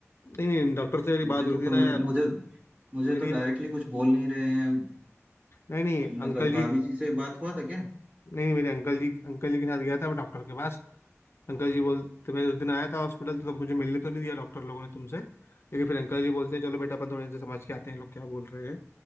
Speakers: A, on the left; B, on the right.
A: नहीं नहीं डॉक्टर से मेरी
B: मुझे
A: बात हुई
B: तो
A: थी
B: खबर
A: ना यार
B: मुझे मुझे
A: मेरी
B: तो डायरेक्टली कुछ बोल नहीं रहे हैं
A: नहीं नहीं
B: मतलब
A: अंकल
B: भाभी
A: जी
B: जी से बात हुआ था क्या
A: नहीं मेरे अंकल जी अंकल जी के साथ गया था मैं डॉक्टर के पास अंकल जी बोलते मैं उस दिन आया था हॉस्पिटल तो तब मुझे मिलने तो नहीं दिया डॉक्टर लोगों ने तुमसे लेकिन फिर अंकल जी बोलते हैं चलो बेटा अपन थोड़ा इनसे समझ के आते हैं ये लोग क्या बोल रहे हैं